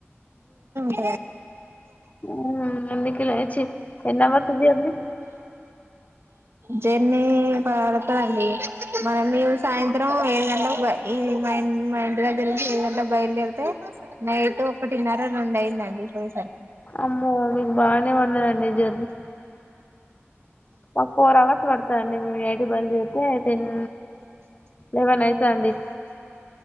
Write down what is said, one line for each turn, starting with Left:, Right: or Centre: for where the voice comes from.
Right: దండి
Left: మ్మ్ ఎన్నికలో చి ఎన్నవర్సు జర్నీ
Right: జర్నీ పడతాందండి మనం సాయంత్రం ఏడు గంటలకు ఇ మా ఇంటి దగ్గర నుంచి ఏడు గంటలు బయలుదేరితే నైట్ ఒక టిన్నర రెండు అయిందండి పోయిసరికి
Left: అమ్మో మీకు బానే వన్ తున్నదండి జర్నీ ఒక ఫోర్ అవర్స్ పడతాదండి మే ఎయిట్ బయలుదేరితే టెన్ లెవెన్ అయితా దండి